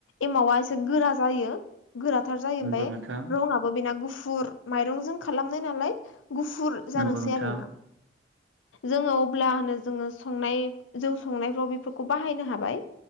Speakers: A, on the left; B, on the right.
A: एमावा एसे गोरा जायो गोराथार जायो
B: नंगौ
A: ओमफ्राय
B: नोंथां
A: रंङाबो बेना गुफुर माइरंजों खालामनाय नालाय गुफुर जानोसै
B: नंगौ नोंथां
A: आरोना जोङो अब्लानो जोङो संनाय जौ संनायफ्राव बेफोरखौ बाहायनो हाबाय